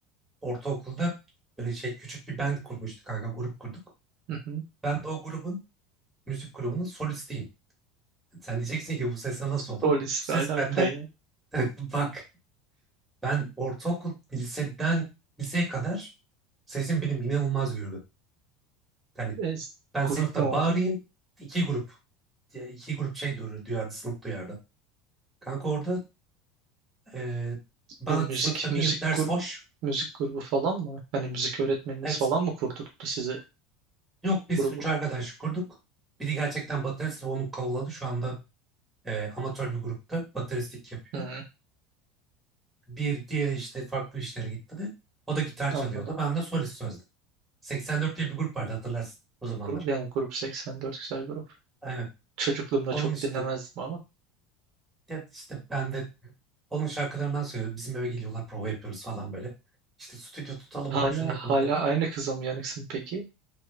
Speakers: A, in the centre; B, on the right.
A: ortaokulda böyle şey küçük bir band kurmuştuk kanka grup kurduk.
B: Hı hı.
A: Ben de o grubun müzik grubunun solistiyim. Sen diyeceksin ki bu sese nasıl oldum?
B: Polisle
A: Bu ses
B: alaka
A: bende.
B: ya.
A: <laughs> Bak Ben ortaokul liseden liseye kadar sesim benim inanılmaz gördü. Yani
B: E,
A: ben
B: grup
A: sınıfta
B: ne oldu?
A: bağırayım iki grup iki grup şey duyar, duyardı sınıf duyardı. Kanka orada e, bana
B: Bu müzik
A: sınıfta
B: müzik
A: bir gün ders
B: grubu
A: boş.
B: müzik grubu falan mı? Hani müzik öğretmeniniz
A: Evet
B: falan mı kurdurttu size
A: yok biz
B: grubu?
A: üç arkadaş kurduk. Biri gerçekten baterist ve onu kavuladı. Şu anda e, amatör bir grupta bateristlik yapıyor.
B: Hı,
A: Bir diğeri işte farklı işlere gitti. de. O da gitar
B: anladım.
A: çalıyordu. Ben de solist sözde. 84 diye bir grup vardı hatırlarsın o zamanlar.
B: Grup yani grup 84 güzel grup.
A: Aynen.
B: Çocukluğumda
A: Onun
B: çok
A: işte
B: dinlemezdim ama.
A: Ya işte ben de onun şarkılarından söylüyorum. Bizim eve geliyorlar prova yapıyoruz falan böyle. İşte stüdyo tutalım
B: Hala
A: oğlum şunu yapalım
B: hala
A: yapalım.
B: aynı kıza mı yanıksın peki?